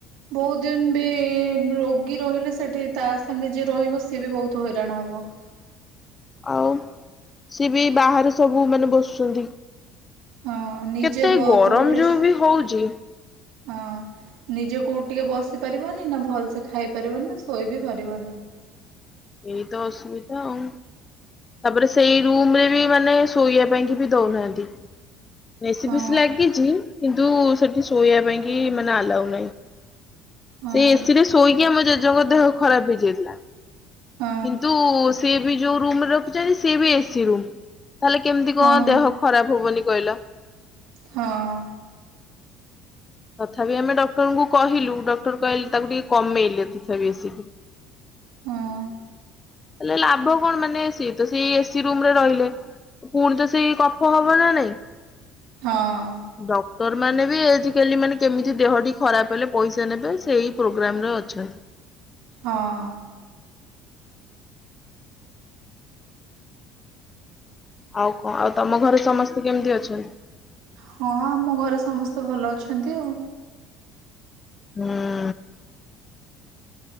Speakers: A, on the right (about 80°); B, on the left (about 20°).
A: ବହୁତ ଦିନ ବି ରୋଗୀ ରହିଲେ ସେଠି ତା ସାଙ୍ଗେ ଯିଏ ରହିବ ସିଏ ବି ବହୁତ ହଇରାଣ ହବ।
B: ଆଉ ସି ବି ବାହାରେ ସବୁ ମାନେ ବସୁଛନ୍ତି।
A: ହଁ ନିଜେ
B: କେତେ
A: ବ
B: ଗରମ
A: କୋଉଠି
B: ଯୋଉ ବି ହଉଛି?
A: ହଁ, ନିଜେ କୋଉଠି ଟିକେ ବସି ପାରିବନି ନା ଭଲସେ ଖାଇ ପାରିବନି ନା ଶୋଇ ବି ପାରିବନି।
B: ଏଇ ତ ଅସୁବିଧା ଆଉ। ତାପରେ ସେଇ ରୁମ ରେ ବି ମାନେ ଶୋଇବା ପାଇଁ ବି ଦଉନାହାନ୍ତି। ଏସି
A: ହଁ
B: ଫେ ସି ଲାଗିଛି କିନ୍ତୁ ସେଠି ଶୋଇବା ପାଇଁ କି ମାନେ ଆଲାଉ ନାହିଁ।
A: ହଁ
B: ସେଇ ଏସି ରେ ଶୋଇକି ଆମ ଜେଜେଙ୍କ ଦେହ ଖରାପ ହେଇଯାଇଥିଲା,
A: ହଁ
B: କିନ୍ତୁ ସେ ବି ଯେଉ ରୁମର ସିଏ ବି ଏସି ରୁମ୍ ତାହେଲେ କେମିତି କଣ
A: ହଁ
B: ଦେହ ଖରାପ ହବନି କହିଲ?
A: ହଁ ଅ।
B: ତଥାପି ଆମେ ଡକ୍ଟରଙ୍କୁ କହିଲୁ, ଡକ୍ଟର କହିଲେ ତାକୁ ଟିକେ କମେଇଲେ ତଥାପି ଆସିକି।
A: ହଁ ଅ।
B: ହେଲେ ଲାଭ କଣ? ମାନେ ସିଏ ତ ସେଇ ଏସି ରୁମରେ ରହିଲେ। ପୁଣି ତ ସେଇ କଫ ହବ ନା ନାଇଁ?
A: ହଁ ଅ।
B: ଡକ୍ଟର ମାନେ ବି ଏ ହେଲି ମାନେ କେମିତି ଦେହଟି ଖରାପ ହେଲେ, ପଇସା ନେବେ, ସେଇ ପ୍ରୋଗ୍ରାମରେ ଅଛନ୍ତି।
A: ହଁ ଅ।
B: ଆଉ କଣ? ଆଉ ତମ ଘରେ ସମସ୍ତେ କେମିତି ଅଛନ୍ତି?
A: ହଁ ଆମ ଘରେ ସମସ୍ତେ ଭଲ ଅଛନ୍ତି ଆଉ।
B: ହୁଁ ଉ